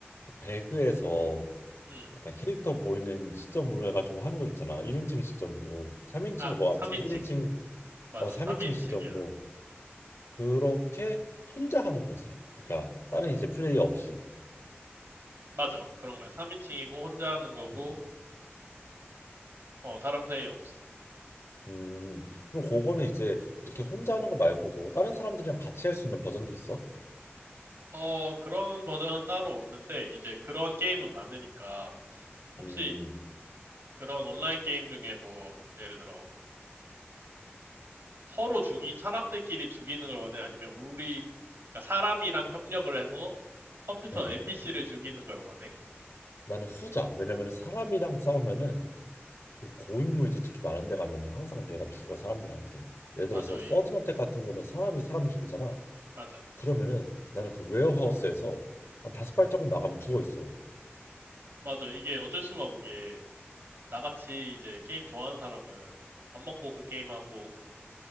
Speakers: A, on the left; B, on the right.
A: 그 배그에서
B: 음.
A: 약간 캐릭터 보이는 시점으로 해가지고 하는 거 있잖아. 1인칭 시점으로. 3인칭이
B: 아,
A: 뭐
B: 3인칭.
A: 아무튼 1인칭
B: 맞아.
A: 어, 3인칭
B: 3인칭이야.
A: 시점으로 그렇게 혼자 하는 거지. 그러니까 다른 이제 플레이 어 없이.
B: 맞아. 그런 거야. 3인칭이고 혼자 하는 거고
A: 음.
B: 어, 다른 플레이 없.
A: 음, 그럼 그거는 이제 이렇게 혼자 하는 거 말고도 다른 사람들이랑 같이 할 수 있는 버전도 있어?
B: 어, 그런 버전은 따로 없는데 이제 그런 게임은 많으니까 혹시
A: 음,
B: 그런 온라인 게임 중에 뭐 예를 들어 서로 죽이, 사람들끼리 죽이는 걸 원해? 아니면 우리, 그러니까 사람이랑 협력을 해서 컴퓨터
A: 네.
B: NPC를 죽이는 걸 원해?
A: 나는 후자. 왜냐면은 사람이랑 싸우면은 그 고인물들 특히 많은 데 가면은 항상 내가 죽어 사람들한테. 예를 들어서
B: 맞아,
A: 서든어택
B: 이,
A: 같은 거는 사람이 사람 죽이잖아.
B: 맞아.
A: 그러면은 나는 그 웨어하우스에서 한 다섯 발자국 나가면 죽어 있어.
B: 맞아. 이게 어쩔 수가 없는 게, 나같이 이제 게임 좋아하는 사람은 밥 먹고 그 게임하고,